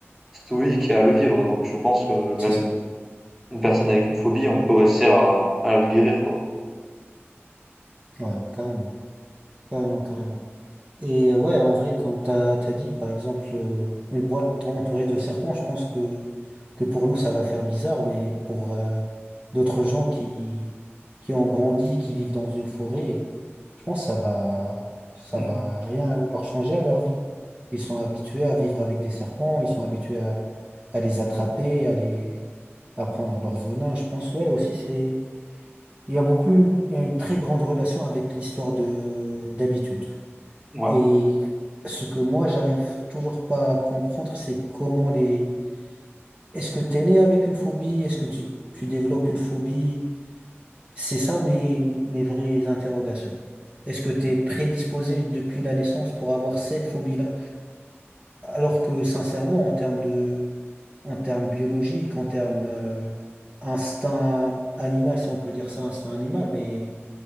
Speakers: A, in the centre; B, on the right.
A: stoïque et à le vivre, donc je pense que même
B: c'est ça.
A: une personne avec une phobie, on peut réussir à à le guérir quoi.
B: Ouais, carrément, carrément, carrément. Et ouais, en vrai, quand t'as, t'as dit, par exemple, euh, une boîte entourée de serpents, je pense que, que pour nous, ça va faire bizarre, mais pour euh, d'autres gens qui, qui ont grandi, qui vivent dans une forêt, je pense que ça va, ça
A: Mmh.
B: va rien leur changer à leur vie. Ils sont habitués à vivre avec des serpents, ils sont habitués à, à les attraper, à les, à prendre leur venin. Je pense, ouais, aussi, c'est, il y a beaucoup une, une très grande relation avec l'histoire de, d'habitude.
A: Ouais,
B: Et ce que moi, j'arrive toujours pas à comprendre, c'est comment les... Est-ce que t'es né avec une phobie? Est-ce que tu, tu développes une phobie? C'est ça mes, mes vraies interrogations. Est-ce que t'es prédisposé depuis la naissance pour avoir cette phobie-là? Alors que, sincèrement, en termes de, en termes biologiques, en termes, euh, instinct animal, si on peut dire ça, instinct animal, mais